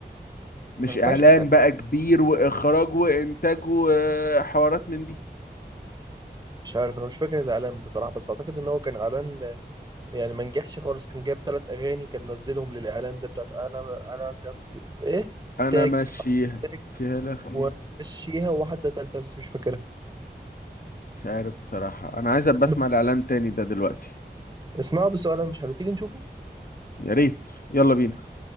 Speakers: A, on the left; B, on the right.
A: مش
B: كان فاشل
A: اعلان بقى كبير واخراج وانتاج وحوارات من دي
B: مش عارف أنا مش فاكر الإعلان بصراحة بس أعتقد إن هو كان إعلان يعني ما نجحش خالص كان جايب ثلاث اغاني كان نزلهم للاعلان ده بتاعت انا انا كفي ايه
A: انا
B: تاج
A: ماشيها
B: تاج
A: فيها لخ فيها
B: ومشيها وواحده ثالثه بس مش فاكرها
A: مش عارف بصراحة انا عايز ابقى اسمع
B: بس
A: الاعلان تاني ده دلوقتي
B: اسمعوا بس هو انا مش حلو تيجي نشوفه
A: يا ريت يلا بينا